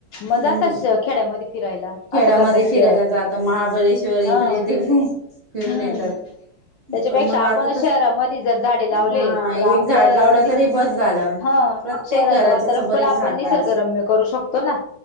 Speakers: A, on the left; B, on the right.
A: मजात
B: हम्म
A: खेड्यामध्ये फिरायला
B: खेड्यामध्ये
A: असं करतात
B: फिरायला जात महाबळेश्वर
A: हा
B: इकडे तिकडे फिरून
A: हम्म
B: येतात
A: त्याच्यापेक्षा
B: पण मग
A: आपणच
B: आता तर
A: शहरामध्ये जर झाडे लावले
B: हा
A: तर आपल्या
B: एक झाड लावलं
A: नि
B: तरी बस झालं.
A: ह
B: प्रत्येक
A: शहराचं
B: घराच्या
A: वातावरण
B: समोर
A: पण आपण
B: एक झाड
A: निसर्गरम्य
B: पाहिजे.
A: करू शकतो ना